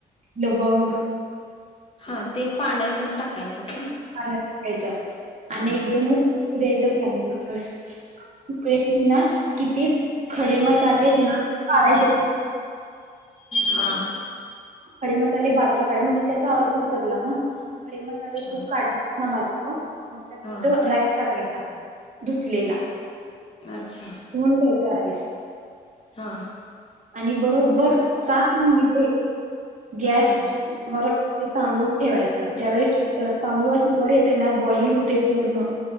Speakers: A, on the right; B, on the left.
A: लवंग.
B: हा ते पाण्यातच टाकायचं का?
A: पाण्यात टाकायच
B: हा
A: आणि एकदम उकळू द्यायच फॅम व अस उकळी आली ना. कि ते खडे मसालेयेत ना. काडायचे.
B: हा
A: खडे मसाले बाजूला काढ. म्हणजे त्याचा अर्क उतरला ना. खडे मसाले
B: हा
A: तू काढलेत ना, बाजूला मग त्यात
B: हा
A: तो राईस टाकायच आपण, धुतलेला.
B: अच्छा!
A: धुवून घ्यायचा राईस
B: हा.
A: आणि बरोबबर सात मिनिटे गॅस
B: हम्म
A: <unintelligible> तांदूळ ठेवायचं. ज्यावेळीस तांदूळ अस वर येतय ना बॉईल होते पूर्ण